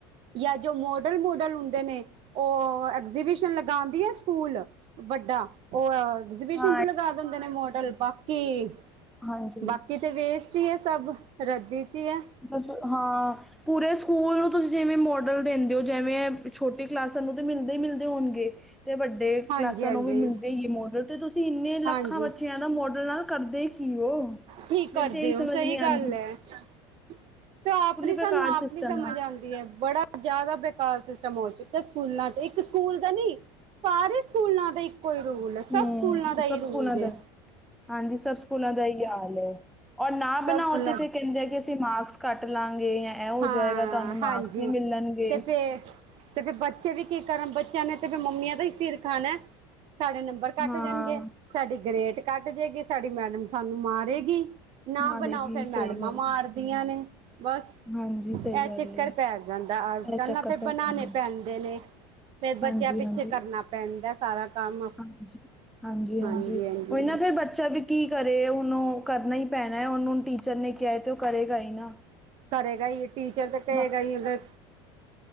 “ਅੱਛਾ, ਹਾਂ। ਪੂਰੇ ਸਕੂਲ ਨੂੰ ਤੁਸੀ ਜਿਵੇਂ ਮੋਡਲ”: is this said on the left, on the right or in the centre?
Centre